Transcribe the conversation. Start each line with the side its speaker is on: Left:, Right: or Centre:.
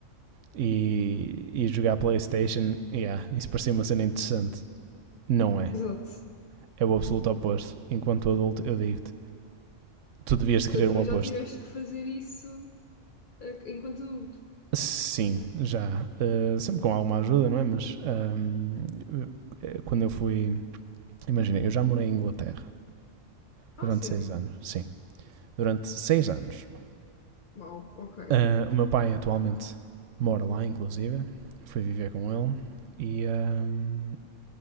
Right: e, e jogar Playstation, yeah, isso parecia uma cena interessante. Não
Left: <laughs>
Right: é.
Left: Exato.
Right: É o absoluto oposto. Enquanto adulto, eu digo-te, tu devias de
Left: Então
Right: querer
Left: também
Right: o oposto.
Left: já tiveste que fazer isso. eh, enquanto adulto.
Right: Sim, já. Eh, sempre com alguma ajuda, não é? Mas ahm, eh, quando eu fui. Imagina, eu já morei em Inglaterra
Left: Ah,
Right: durante
Left: sério?
Right: seis anos. Sim, durante seis anos.
Left: Uau, ok,
Right: Ah, o meu pai atualmente mora lá, inclusive. Fui viver com ele. E ahm,